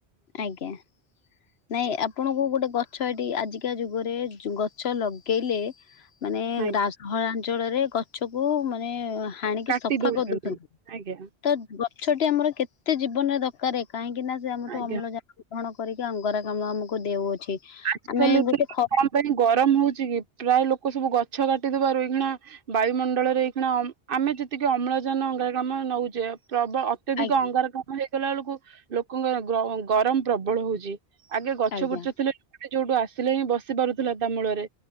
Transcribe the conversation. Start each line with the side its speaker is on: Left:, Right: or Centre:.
Left: ଆଜ୍ଞା ନାଇଁ ଆପଣଙ୍କୁ ଗୋଟେ ଗ ଗଛ ଏଠି ଆଜିକା ଯୁଗରେ ଗଛ ଲଗେଇଲେ ମାନେ <unintelligible>
Right: ଆଜ୍ଞା
Left: ଅଞ୍ଚଳ ରେ ଗଛକୁ ମାନେ ହାଣିକି
Right: କାଟି
Left: ସଫା
Right: ଦଉଛନ୍ତି
Left: କରିଦଉଛନ୍ତି
Right: ଆଜ୍ଞା
Left: ତ ଗଛଟି ଆମର କେତେ ଜୀବନରେ ଦରକାର୍ କାହିଁକି ନା ସେ ଆମଠୁ
Right: ଆଜ୍ଞା।
Left: ଅମ୍ଳଜାନ ଗ୍ରହଣ କରିକି ଅଙ୍ଗାରକାମ୍ଳ ଆମକୁ ଦେଉଅଛି।
Right: ଆଜି
Left: ଆମେ
Right: କାଲି ଏ
Left: ଗୋଟେ ଖ
Right: କଣ ପାଇଁ ଗରମ ହଉଛି କି ପ୍ରାୟ ଲୋକ ସବୁ ଗ ଗଛ କାଟିଦେବାରୁ ଏଇକିଣା ବାୟୁମଣ୍ଡଳରେ ଏଇକିଣା ଆମେ ଯେତିକି ଅମ୍ଳଜାନ ଅଙ୍ଗାରକାମ୍ଳ ନଉଛେ। ପ୍ରବ ଅତ୍ୟଧିକ
Left: ଆଜ୍ଞା
Right: ଅଙ୍ଗାରକାମ୍ଳ ହେଇଗଲା ବେଳକୁ ଲୋକଙ୍କର ଗ ଗରମ ପ୍ରବଳ ହଉଛି। ଆଗେ ଗଛ
Left: ଆଜ୍ଞା
Right: ବୁଛ ଥିଲେ ଲୋକଟେ ଯୋଉଠୁ ଆସିଲେ ହିଁ ବସି ପାରୁଥିଲା ତା ମୂଳରେ।